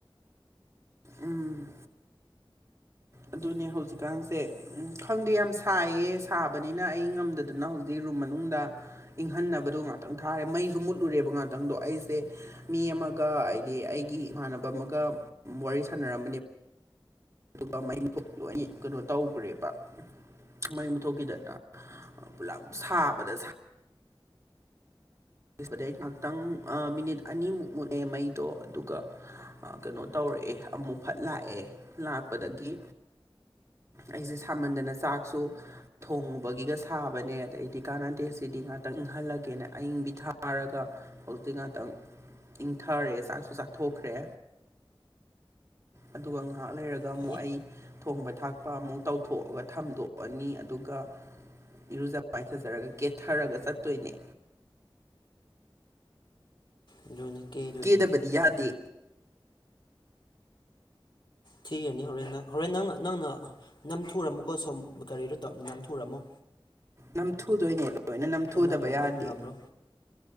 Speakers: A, on the right (about 35°); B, on the left (about 60°).
A: ꯎꯝ ꯑꯗꯨꯅꯦ ꯍꯧꯖꯤꯛꯀꯥꯟꯁꯦ ꯎꯝ ꯈꯪꯗꯦ ꯌꯥꯝ ꯁꯥꯏꯌꯦ ꯁꯥꯕꯅꯤꯅ ꯑꯩ ꯉꯝꯗꯗꯅ ꯍꯧꯖꯤꯛ ꯔꯨꯝ ꯃꯅꯨꯡꯗ ꯏꯪꯍꯟꯅꯕꯗꯣ ꯉꯥꯛꯇꯪ ꯊꯥꯔꯦ ꯃꯩꯁꯨ ꯃꯨꯠꯂꯨꯔꯦꯕ ꯉꯥꯛꯇꯪꯗꯣ ꯑꯩꯁꯦ ꯃꯤ ꯑꯃ ꯑꯃꯒ ꯍꯥꯏꯗꯤ ꯑꯩꯒꯤ ꯏꯃꯥꯟꯅꯕ ꯑꯃꯒ ꯋꯥꯔꯤ ꯁꯥꯟꯅꯔꯝꯕꯅꯦ ꯑꯗꯨꯒ ꯃꯩ ꯃꯨꯊꯣꯛ ꯂꯣꯏ ꯀꯩꯅꯣ ꯇꯧꯈ꯭ꯔꯦꯕ ꯃꯩ ꯃꯨꯊꯣꯛꯈꯤꯗꯅ ꯄꯨꯂꯞ ꯁꯥꯕꯗ ꯗꯩ ꯉꯥꯏꯍꯥꯛꯇꯪ ꯃꯤꯅꯤꯠ ꯑꯅꯤꯃꯨꯛ ꯃꯨꯠꯂꯦ ꯃꯩꯗꯣ ꯑꯗꯨꯒ ꯀꯩꯅꯣ ꯇꯧꯔꯛꯑꯦ ꯑꯃꯨꯛ ꯐꯠ ꯂꯥꯛꯑꯦ ꯂꯥꯛꯄꯗꯒꯤ ꯑꯩꯁꯦ ꯁꯥꯃꯟꯗꯅ ꯆꯥꯛꯁꯨ ꯊꯣꯡꯉꯨꯕꯒꯤꯒ ꯁꯥꯕꯅꯦ ꯑꯗꯩꯗꯤ ꯀꯥꯟꯅꯗꯦ ꯁꯤꯗꯤ ꯉꯥꯛꯇꯪ ꯍꯜꯂꯒꯦꯅ ꯑꯏꯪꯕꯤ ꯊꯥꯔꯒ ꯍꯧꯖꯤꯛꯇꯛ ꯉꯥꯛꯇꯪ ꯏꯪꯊꯔꯦ ꯆꯥꯛꯁꯨ ꯆꯥꯊꯣꯛꯈ꯭ꯔꯦ ꯑꯗꯨꯒ ꯉꯥꯏꯍꯥꯛ ꯂꯩꯔꯒ ꯑꯗꯨꯒ
B: ꯐꯩ
A: ꯑꯃꯨꯛ ꯑꯩ ꯊꯣꯡꯕ ꯊꯥꯛꯄ ꯑꯃꯨꯛ ꯇꯧꯊꯣꯛꯑꯒ ꯊꯝꯗꯣꯛꯑꯅꯤ ꯑꯗꯨꯒ ꯏꯔꯨꯖ ꯃꯥꯏꯊꯖꯔꯒ ꯀꯦꯠꯊꯔꯒ ꯆꯠꯇꯣꯏꯅꯦ
B: ꯑꯗꯨꯅꯤ ꯀꯦꯗꯣꯏꯅꯤ
A: ꯀꯦꯗꯕꯗꯤ ꯌꯥꯗꯦ
B: ꯊꯤꯒꯅꯤ ꯍꯣꯔꯦꯟ ꯅꯪ ꯍꯣꯔꯦꯟ ꯅꯪ ꯅꯪꯅ ꯅꯝꯊꯨꯔꯝꯃꯨꯀꯣ ꯁꯨꯝ ꯀꯔꯤꯗꯣ ꯇ ꯅꯝꯊꯨꯔꯝꯃꯣ
A: ꯅꯝꯊꯨꯗꯣꯏꯅꯦ ꯂꯣꯏꯅ ꯅꯝꯊꯨꯗꯕ
B: ꯅꯪꯅ
A: ꯌꯥꯗꯦ
B: ꯑꯗꯨꯝ ꯉꯝꯔꯣ